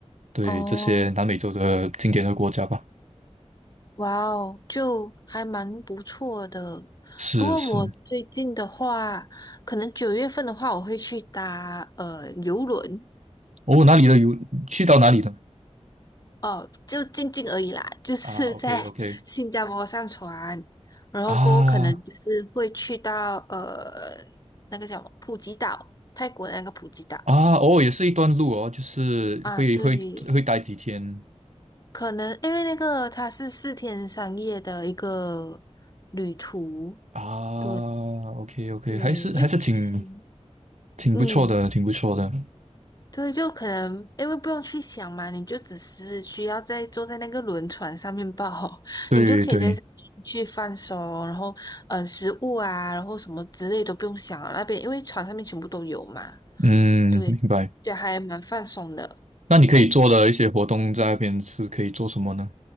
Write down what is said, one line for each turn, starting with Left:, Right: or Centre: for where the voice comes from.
Right: 对这些南美洲的经典的国家吧。
Left: 哦。哇哦，就还蛮不错的。
Right: 是是，
Left: 不过我最近的话，可能九月份的话，我会去搭呃游轮
Right: 哦，哪里的有去到哪里的
Left: 哦，就静静而已啦，<laughs> 就是在
Right: 啊？OK OK
Left: <laughs> 新加坡上船，然后过后可能就是会去到呃
Right: 啊
Left: 那个叫什么普吉岛，泰国的那个普吉岛
Right: 啊，哦，也是一段路哦，就是会会会待几天
Left: 啊，对，可能因为那个它是四天三夜的一个旅途，
Right: 啊？OK
Left: 对
Right: OK，
Left: 对，
Right: 还是还是挺
Left: 就其实。
Right: 挺不错的，
Left: 嗯，
Right: 挺不错的。
Left: 对，就可能因为不用去想嘛，你就只是需要在坐在那个轮船上面抱好，<laughs>
Right: 对对，
Left: 你就可以在上面去放松，然后呃食物啊，然后什么之类都不用想了那边因为船上面全部都有嘛，
Right: 嗯，
Left: 对，
Right: 明白。
Left: 就还蛮放松的。
Right: 那你可以做的一些活动在那边是可以做什么呢？